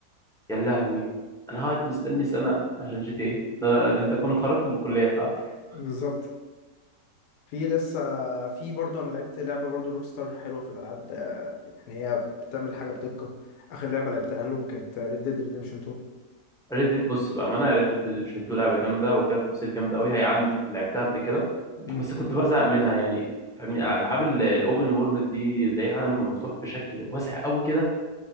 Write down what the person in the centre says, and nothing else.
يا لهوي انا هقعد مستني سنه عشان جي تي اي ده, ده انت كنت خرجت من الكليه بتاعتك
ريد ديد بص بقى ما انا ريد ديد ريدمشن 2 لعبه جامده وفيها تفاصيل جامده قوي هي عندي لعبتها قبل كده
بس كنت بزهق منها يعني فاهمني العاب الاوبن وورلد دي زي العالم المفتوح بشكل واسع قوي كده